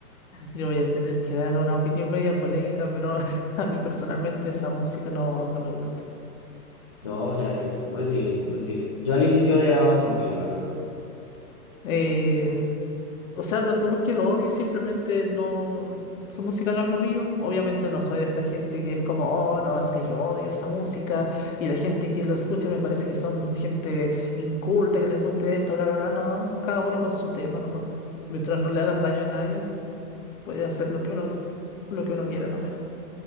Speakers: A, on the left; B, on the left.
A: Yo voy a tener que dar una opinión media polémica, pero <laughs> a mí personalmente esa música no, no me gusta.
B: No, o sea, es, es comprensible, es comprensible. Yo al inicio odiaba a Bad Bunny, la verdad.
A: Eh, o sea, tampoco es que lo odie, simplemente no, su música no es lo mío. Obviamente no soy de esta gente que es como, oh, no, es que yo odio esa música y la gente que lo escucha me parece que son gente inculta, que les guste esto, bla, bla, bla. No, cada uno con su tema nomás. Mientras no le hagas daño a nadie, puedes hacer lo que uno, lo que uno quiera nomás.